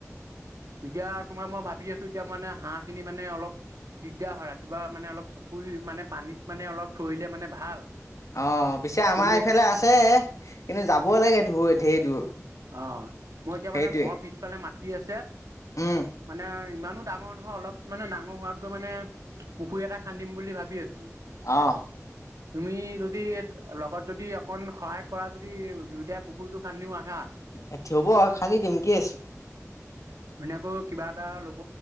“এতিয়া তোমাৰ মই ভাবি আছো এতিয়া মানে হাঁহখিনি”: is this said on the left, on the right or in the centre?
Right